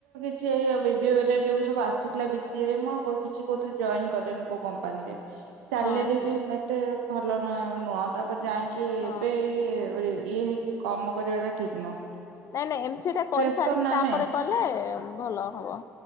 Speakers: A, on the right; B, on the left.
A: ସେୟା ବିଵିଏମ ରେ ଯୋଉ ସବୁ ଆସୁଥିଲା ବି ସିଏ ରେ ମୁଁ ଆଉ କଉ କିଛି କୋଉଥିରେ ଜଏନ୍ କଲିନି କୋଉ କମ୍ପାନୀରେ। ସାଲାରୀ
B: ହଁ ହଁ
A: ବି ମୋତେ ଭଲ ନେ ନୁଅ ତା ଯାଇଙ୍କି
B: ହଁ।
A: ଏବେ ଏଇ ଏଓରେ ଇଏ ହେଇକି କମ କରିବା ଟା ଠିକ ନୁହଁ।
B: ନାଇଁ ନାଇଁ ଏମସିଏ ଟା
A: ଫ୍ରେସର
B: କରିସାରିକି
A: ନା
B: ତାପରେ
A: ଆମେ
B: କଲେ ଏମ୍ ଭଲ ହବ।